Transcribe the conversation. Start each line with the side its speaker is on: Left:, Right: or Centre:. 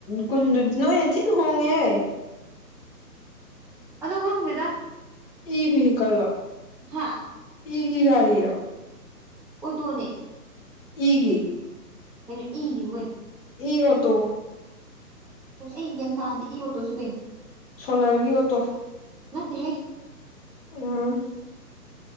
Left: ꯀꯨꯟꯗꯨꯗꯤ ꯅꯣꯏꯅ ꯊꯤꯅ ꯍꯣꯡꯉꯦ ꯌꯥꯏ
Centre: ꯑꯗ ꯍꯪꯗꯦꯗ
Left: ꯏ ꯦꯍꯤꯀꯜ ꯔ
Centre: ꯍꯥ
Left: ꯏꯒꯤ ꯒꯥꯔꯤ ꯔ
Centre: ꯎꯇꯅꯦ
Left: ꯑꯩꯒꯤ
Centre: ꯀꯩꯅꯣ ꯏ ꯀꯩꯅꯣ
Left: ꯏꯣ ꯇ
Centre: ꯑꯩ ꯏ ꯌꯦꯟꯇꯥꯗꯤ ꯏꯌꯣ ꯇꯣꯏꯁꯨ ꯀꯩꯅꯣ
Left: ꯁꯣꯂꯔꯒꯤ ꯑꯣꯇꯣ
Centre: ꯃꯦ
Left: ꯎꯝ